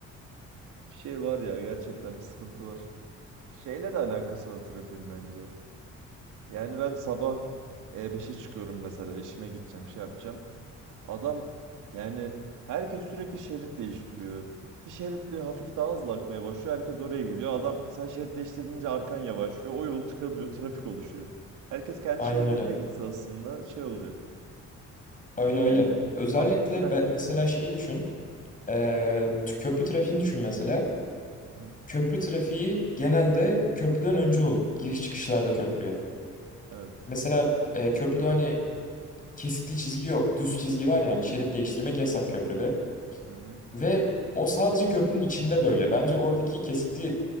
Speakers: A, on the right; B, on the left.
A: şey var ya gerçekten bir sıkıntı var. Şeyle de alakası var trafiğin bence. Yani ben sabah E5'e çıkıyorum mesela işime gideceğim şey yapacağım. Adam yani herkes sürekli şerit değiştiriyor. Bir şerit bir hafif daha hızlı akmaya başlıyor. Herkes oraya gidiyor. Adam sen şerit değiştirince arkan yavaşlıyor. O yol tıkanıyor. Trafik oluşuyor. Herkes kendi
B: Aynen
A: şeridinde
B: öyle
A: gitse aslında şey olacak.
B: öyle öyle
A: Yani
B: özellikle
A: akacak
B: be-
A: kısım.
B: mesela şeyi düşün e, t- köprü trafiğini düşün mesela
A: Hı hı.
B: köprü trafiği genelde köprüden önce olur giriş çıkışlarda köprüye.
A: Evet.
B: Mesela e, köprüde hani kesikli çizgi yok. Düz çizgi var yani şerit değiştirmek yasak köprüde.
A: Hı hı.
B: Ve o sadece köprünün içinde böyle. Bence oradaki kesikli